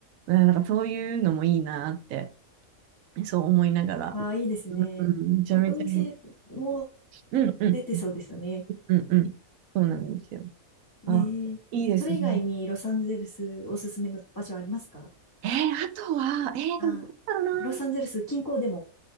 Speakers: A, on the right; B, on the left.
A: うんなんかそういうのもいいなって、そう思いながら。
B: ああ、いいですね。
A: うん、めちゃめちゃいい。
B: 国民性も
A: うんうん
B: 出てそうですよね。
A: うんうん。そうなんですよ。
B: えー、
A: あ、いいですね。
B: それ以外にロサンゼルスおすすめの場所ありますか
A: えーあとは、えーでもどうだろうな。
B: ああ、ロサンゼルス近郊でも